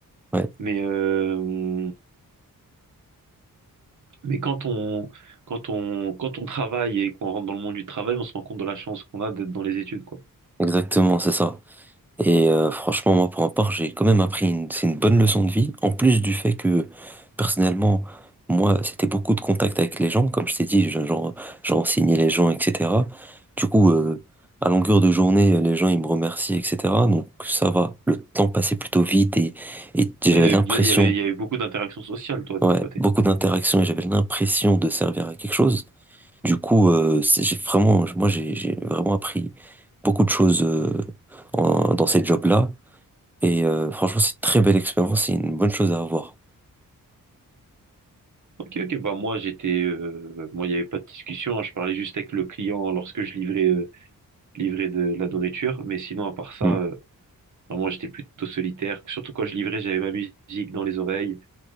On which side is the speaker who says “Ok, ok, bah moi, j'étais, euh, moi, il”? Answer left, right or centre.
Right